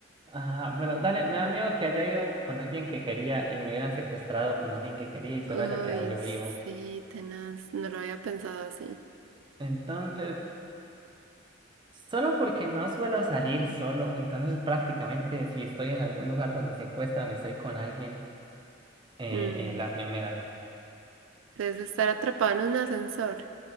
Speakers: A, on the right (about 25°); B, on the right (about 85°).
A: Ah, bueno, dale, me da miedo que haya ido con alguien que quería y me hubieran secuestrado con alguien que quería y solo
B: Uy,
A: haya quedado yo vivo.
B: sí, tenaz. No lo había pensado así.
A: Entonces, solo porque no suelo salir solo, entonces prácticamente si estoy en algún lugar donde secuestran, estoy con alguien, eh,
B: Mm,
A: eh, la primera.
B: Entonces, estar atrapado en un ascensor.